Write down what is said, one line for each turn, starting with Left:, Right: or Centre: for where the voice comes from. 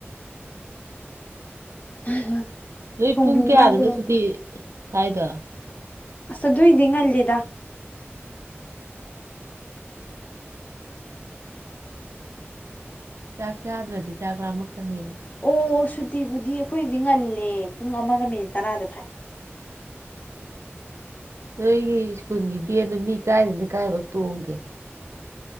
Left: <inaudible>
Right: ꯅꯣꯏ
Left: ꯊꯣꯡꯕꯤ
Right: ꯄꯨꯡ ꯀꯌꯥꯗꯅꯣ
Left: ꯃꯥꯜꯂꯦ
Right: ꯁꯨꯇꯤ ꯊꯥꯏꯗꯣ
Left: ꯑꯁ ꯑꯗꯨꯏꯗꯤ ꯉꯜꯂꯤꯗ
Right: ꯆꯥꯛ ꯆꯥꯗ꯭ꯔꯗꯤ ꯆꯥꯛ ꯂꯥꯝꯃꯛ ꯀꯅꯤꯕ
Left: ꯑꯣ ꯁꯨꯇꯤꯕꯨꯗꯤ ꯑꯈꯣꯏꯗꯤ ꯉꯜꯂꯦ ꯄꯨꯡ ꯑꯃꯒ ꯃꯤꯅꯤꯠ ꯇꯔꯥꯗ ꯊꯥꯏ
Right: ꯅꯣꯏꯒꯤ ꯁ꯭ꯀꯨꯜꯒꯤ ꯕꯦꯟꯗꯣ ꯃꯤ ꯀꯥꯏꯗꯩꯩꯅ ꯀꯥꯏꯕꯣꯛ ꯇꯣꯡꯒꯦ